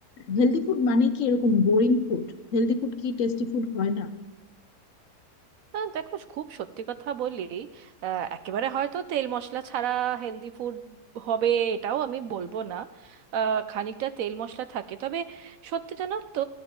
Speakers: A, on the left; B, on the right.
A: হেলদি ফুড মানে কি এরকম বোরিং ফুড হেলদি ফুড কি টেস্টি ফুড হয় না
B: আহ, দেখো খুব সত্যি কথা বলি আহ, একেবারে হয়তো তেল মশলা ছাড়া হেলদি ফুড হবে এটাও আমি বলবো না আহ, খানিকটা তেল মশলা থাকে তবে সত্যি জানো তো